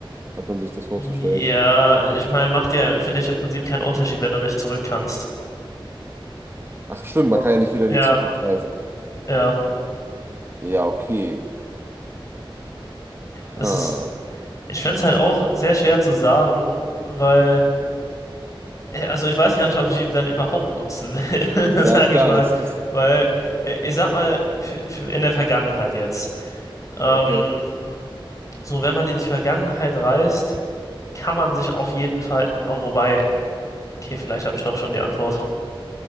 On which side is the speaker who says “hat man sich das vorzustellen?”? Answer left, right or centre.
Right